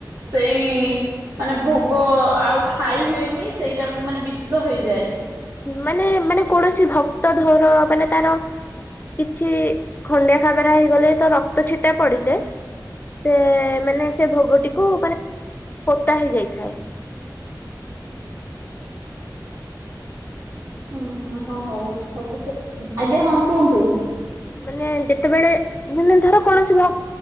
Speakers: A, on the right; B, on the left.
A: ସେଇ ମାନେ ଭୋଗ ଆଉ ଖାଇ ହୁଏନି, ସେଇଟା ବି ମାନେ ବିଷ ହେଇଯାଏ।
B: ମାନେ, ମାନେ, କୌଣସି ଭକ୍ତ ଧର ମାନେ, ତାର କିଛି ଖଣ୍ଡିଆ ଖାବାର ହେଇଗଲେ ତ ରକ୍ତ ଛିଟା ପଡିଲେ ସେ ମାନେ ସେ ଭୋଗଟିକୁ, ମାନେ ପୋତା ହେଇଯାଇଥାଏ।
A: ଓ ହଁ ହଁ ହଉ ହଉିକ <unintelligible> ଆଜ୍ଞା ହଁ କୁହନ୍ତୁ।
B: ମାନେ, ଯେତେବେଳେ -ମାନେ ଧର କୌଣସି ଭ